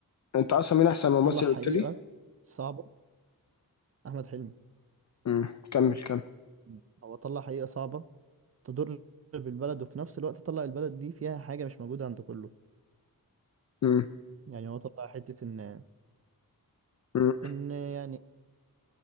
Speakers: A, on the left; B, on the right.
A: انت اصلا مين احسن ممثل
B: طلع حقيقه
A: قلت لي
B: صعبه احمد حلمي
A: امم كمل كمل
B: مم. هو طلع حقيقه صعبه تضر بالبلد وفي نفس الوقت طلع البلد دي فيها حاجه مش موجوده عند كله
A: امم
B: يعني هو طلع حته ان
A: امم
B: ان يعني